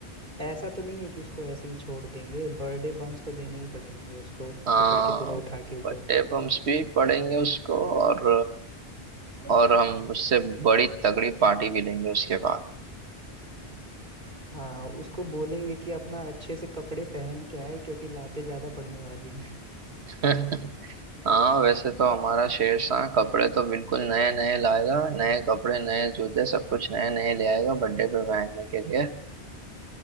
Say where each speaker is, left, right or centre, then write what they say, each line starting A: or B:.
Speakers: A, on the right; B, on the right.
A: ऐसा तो नहीं है कि उसको ऐसे ही छोड़ देंगे बर्थडे बम्स तो देने ही पड़ेंगे उसको
B: हाँ
A: पकड़ के पूरा उठा के ऊपर
B: बर्थडे बम्स भी पड़ेंगे उसको और और हम उससे बड़ी तगड़ी पार्टी भी लेंगे उसके बाद
A: हाँ उसको बोलेंगे कि अपना अच्छे से कपड़े पहन के आए क्योंकि लातें ज्यादा पड़ने वाली हैं
B: <laughs> हाँ वैसे तो हमारा शेरशाह कपड़े तो बिल्कुल नए नए लाएगा नए कपड़े नए जूते सब कुछ नए नए ले आएगा बर्थडे पे पहनने के लिए